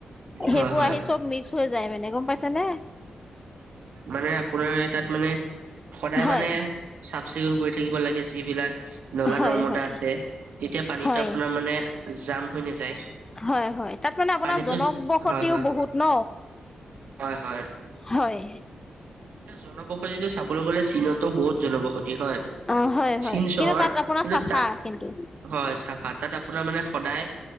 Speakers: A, on the right; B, on the left.
A: হয়
B: সেইবোৰ
A: হয়
B: আহি চব মিক্স হৈ যায় মানে গম পাইছা নে
A: মানে আপোনাৰ তাত মানে সদায়
B: হয়
A: মানে চাফ চিকুণ কৰি থাকিব লাগে যিবিলাক নলা
B: হয়
A: নৰ্মদা
B: হয়
A: আছে তেতিয়া পানীতো
B: হয়
A: আপোনাৰ মানে জাম হৈ নাযায়
B: হয় হয় তাত মানে আপোনাৰ
A: পানীটো
B: জনক বসতিও
A: হয় হয়
B: বহুত ন
A: হয় হয়
B: হয়
A: এ জনবসতিটো চাবলৈ গলে চীনতো বহুত জনবসতি হয়
B: অ হয়
A: চীন
B: হয়
A: চহৰ
B: কিন্তু তাত আপোনাৰ
A: কিন্তু
B: চাফা
A: তাত
B: কিন্তু
A: হয় চাফা তাত আপোনাৰ মানে সদায়